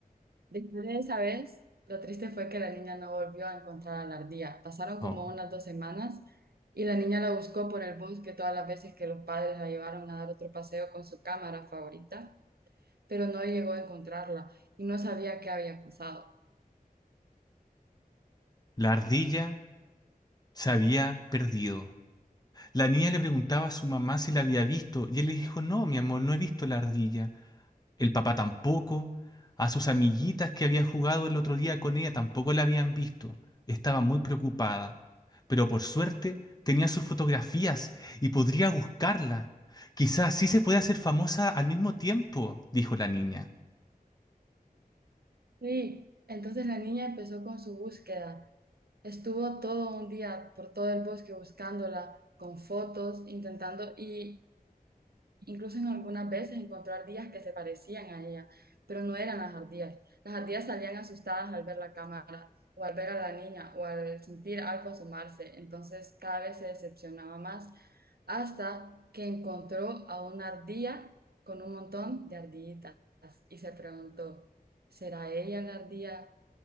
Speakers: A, on the right; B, on the left.
A: Después de esa vez, lo triste fue que la niña no volvió a encontrar a la ardilla. Pasaron
B: Oh.
A: como unas dos semanas y la niña la buscó por el bosque todas las veces que los padres la llevaron a dar otro paseo con su cámara favorita pero no llegó a encontrarla y no sabía qué había pasado.
B: La ardilla se había perdido. La niña le preguntaba a su mamá si la había visto y él le dijo, no, mi amor, no he visto la ardilla. El papá tampoco. A sus amiguitas que había jugado el otro día con ella tampoco la habían visto. Estaba muy preocupada. Pero por suerte tenía sus fotografías y podría buscarla. Quizás sí se puede hacer famosa al mismo tiempo, dijo la niña.
A: Y entonces la niña empezó con su búsqueda. Estuvo todo un día por todo el bosque buscándola, con fotos, intentando, y Incluso en algunas veces encontró ardillas que se parecían a ella, pero no eran las ardillas. Las ardillas salían asustadas al ver la cámara, o al ver a la niña, o al sentir algo asomarse. Entonces cada vez se decepcionaba más, hasta que encontró a una ardilla con un montón de ardillitas y se preguntó, ¿será ella la ardilla?